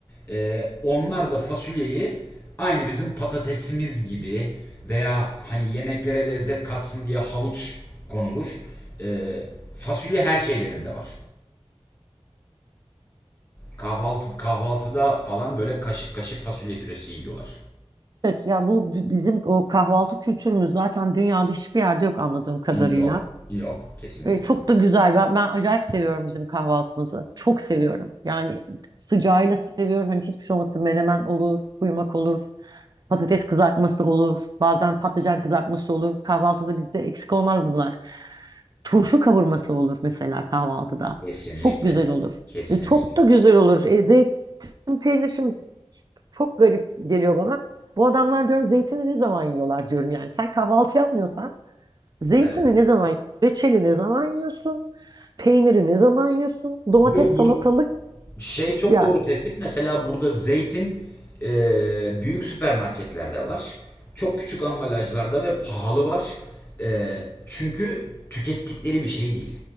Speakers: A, on the left; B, on the right.
A: Ee, onlar da fasulyeyi aynı bizim patatesimiz gibi veya hani yemeklere lezzet katsın diye havuç konulur. Ee, fasulye her şeylerinde var. Kahvaltı kahvaltıda falan böyle kaşık kaşık fasulye püresi yiyorlar.
B: Evet ya bu bi- bizim o kahvaltı kültürümüz zaten dünyada hiçbir yerde yok anladığım kadarıyla.
A: Yok, yok kesinlikle.
B: Ve çok da güzel. Ben, ben acayip seviyorum bizim kahvaltımızı. Çok seviyorum. Yani sıcağıyla seviyorum. Hani hiçbir şey olmasın. Menemen olur, kuymak olur, patates kızartması olur, bazen patlıcan kızartması olur. Kahvaltıda bizde eksik olmaz bunlar. Turşu kavurması olur mesela kahvaltıda.
A: Kesinlikle.
B: Çok güzel olur.
A: Kesinlikle.
B: E, çok da güzel olur. E, zeytin peynir şimdi çok garip geliyor bana. Bu adamlar diyorum zeytini ne zaman yiyorlar diyorum yani. Sen kahvaltı yapmıyorsan zeytini
A: Evet.
B: ne zaman yiyorsun? Reçeli ne zaman yiyorsun? Peyniri ne zaman yiyorsun? Domates,
A: Yok
B: salatalık
A: bur Şey çok
B: yani.
A: doğru tespit. Mesela burada zeytin e, büyük süpermarketlerde var. Çok küçük ambalajlarda ve pahalı var. E, çünkü tükettikleri bir şey değil.